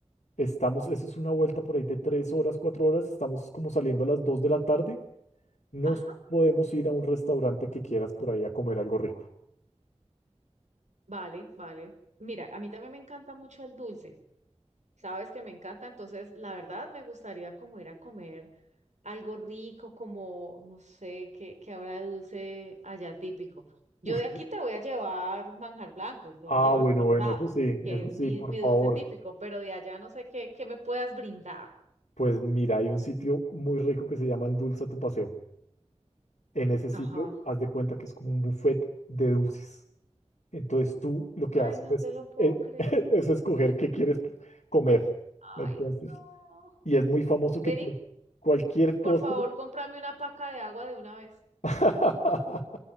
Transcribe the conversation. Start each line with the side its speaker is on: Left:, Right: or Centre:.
Left: estamos, eso es una vuelta por ahí de tres horas, cuatro horas, estamos como saliendo a las dos de la tarde, nos
Right: Ajá.
Left: podemos ir a un restaurante que quieras por ahí a comer algo rico.
Right: Vale, vale. Mira, a mí también me encanta mucho el dulce. Sabes que me encanta, entonces la verdad me gustaría como ir a comer algo rico como, no sé, qué qué habrá de dulce allá típico. Yo
Left: Uf,
Right: de aquí te voy a llevar manjar blanco y te
Left: Ah,
Right: voy a llevar
Left: bueno,
Right: cortado,
Left: bueno, eso sí,
Right: que
Left: eso
Right: es
Left: sí,
Right: mi,
Left: por
Right: mi
Left: favor.
Right: dulce típico, pero de allá no sé qué, qué me puedas brindar.
Left: Pues mira, hay un sitio muy rico que se llama Endulza tu paseo. En ese sitio,
Right: Ajá.
Left: haz de cuenta que es como un buffet de dulces. Entonces tú lo que
Right: Ay,
Left: haces
Right: no
Left: es,
Right: te lo puedo
Left: eh,
Right: creer.
Left: <laughs> es escoger qué quieres comer. Entonces,
Right: Ay, no.
Left: y es muy famoso que
Right: Ven
Left: cu-
Right: y,
Left: cualquier postre,
Right: por favor, cómprame una paca de agua de una vez.
Left: <laughs>